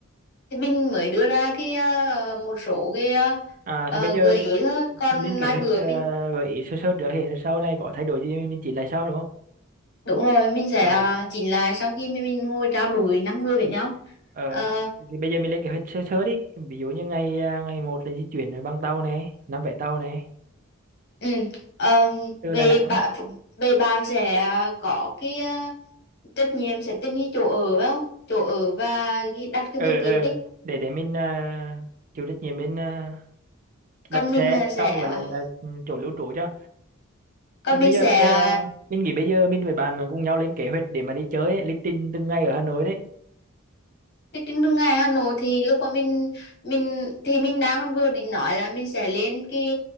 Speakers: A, on the left (about 55°); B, on the right (about 40°).
A: thì mình mới đưa ra cái ờ, một số cái ờ,
B: À,
A: ờ,
B: thì bây giờ
A: gợi
B: mình
A: ý thôi còn
B: mình lên kế
A: mai
B: hoạch
A: bữa
B: ờ,
A: mình
B: gợi ý sơ sơ trước thì sau này có thay đổi gì mình mình chỉnh lại sau đúng không?
A: Đúng rồi, mình sẽ
B: Ờ.
A: ờ, chỉnh lại sau khi mình, mình ngồi trao đổi năm người với nhau.
B: Ờ,
A: Ờ,
B: thì, thì bây giờ mình lên kế hoạch sơ sơ đi. Ví dụ như ngày à, ngày một là di chuyển bằng tàu này, năm vé tàu này
A: ừ, ờ,
B: từ
A: về
B: Đà Nẵng.
A: bạn về bạn sẽ ờ, có cái ờ, trách nhiệm sẽ tìm cái chỗ ở phải không? Chỗ ở và cái- đặt cái
B: ờ
A: phương tiện
B: ờ
A: đi.
B: để để mình à, chịu trách nhiệm bên à,
A: Còn
B: đặt
A: mình
B: xe
A: là sẽ
B: tàu
A: ờ,
B: với lại là ừ, chỗ lưu trú cho.
A: còn
B: Thì bây
A: mình
B: giờ
A: sẽ
B: ờ, mình nghĩ bây giờ mình với bạn cùng nhau lên kế hoạch để mà đi chơi ấy, lịch trình từng ngày ở Hà Nội
A: Cái trên đường ngày Hà Nội thì lúc mà mình mình thì mình đang còn vừa định nói là mình sẽ lên cái